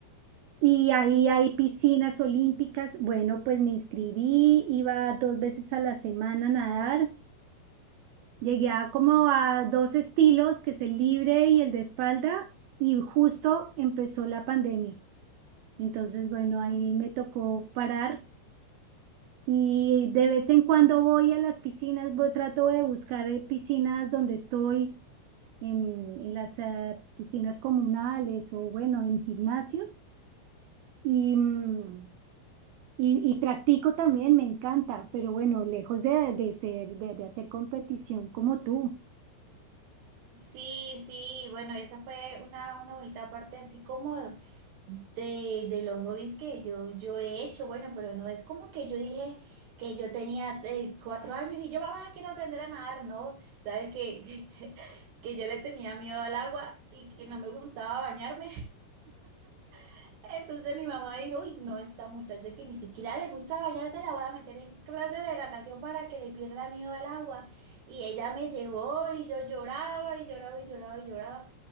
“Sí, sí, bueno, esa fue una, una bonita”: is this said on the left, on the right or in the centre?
Right